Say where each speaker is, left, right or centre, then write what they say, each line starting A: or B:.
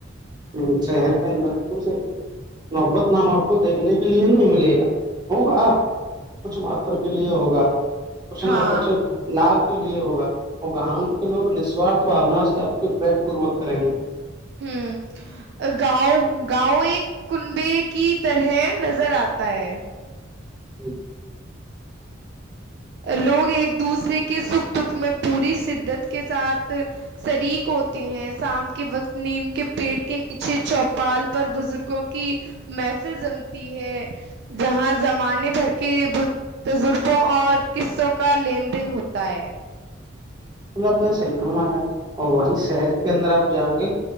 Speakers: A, on the right (about 20°); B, on the right (about 55°).
A: ہ شہر کے اندر س محبت نام آپ کو دیکھنے کے لیے نہیں ملے گا ہوگا کچھ مر کے لیے ہوگا پشنا
B: ہاں،
A: کرچ لھ <unintelligible> کے لیے ہوگا اور گاؤں کے لوگ نسوارھ بھونا سے آ کے پریم پوروک کریں گے
B: ہوں <unintelligible> گاؤں گاؤں ایک کنبے کی طرح نظر آتا ت <unintelligible>
A: ج <unintelligible>
B: لوگ ایک دوسرے کے سکھ دکھ میں پوری شدت کے ساتھ شریک ہوتے ہیں سام کے وقت نیم کے پیڑ کے نیچے چوپال پر بزرگوں کی محفل جمتی ہے جہاں زمانے بھر کے بزگ اور قصوں کا لین دین ہوتا ہے
A: اپ نے صحیح فرمایا اور وہیں شہر کے اندر آپ جاؤ گے